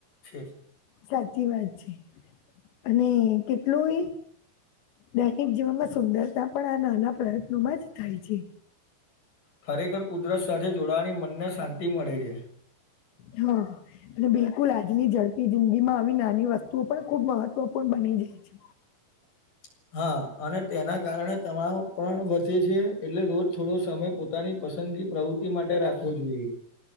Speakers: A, on the left (about 50°); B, on the left (about 90°).
A: છે
B: સાચી વાત છે અને કેટલું એ દૈકિક જીવનમાં સુંદરતા પણ આ નાના પ્રયત્નોમાં જ થાય છે
A: ખરેખર કુદરત સાથે જોડાવાની મનને શાંતિ મળે છે
B: હા અને બિલકુલ આજની જઝડપ જિંદગી માં આવી નાની વસ્તુઓ પણ ખુબ મહત્વપૂર્ણ બની જાય છે
A: <unintelligible> <inaudible> હા અને તેના કારણે તણાવ પણ વધે છે એટલે રોજ થોડો સમય પોતાની પસંદગી પ્રવૃતિ માટે રાખવો જોઈએ